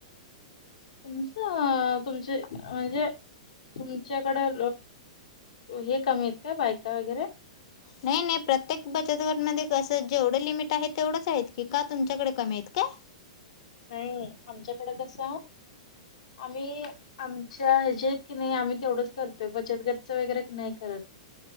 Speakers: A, on the left (about 75°); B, on the left (about 55°).
A: तुमचं, अं, तुमचे, म्हणजे, तुमच्याकडे अ हे कमी आहेत, का बायका वगैरे
B: नाही, नाही, प्रत्येक बचत गटमध्ये कसं, जेवढं लिमिट आहे, तेवढंच आहेत, की का तुमच्याकडे कमी आहेत, का?
A: नाही, आमच्याकडे कसं आम्ही आमच्या ह्याच्या आहेत. की नाही, आम्ही तेवढंच करतोय बचत गटचं वगैरे नाही करत.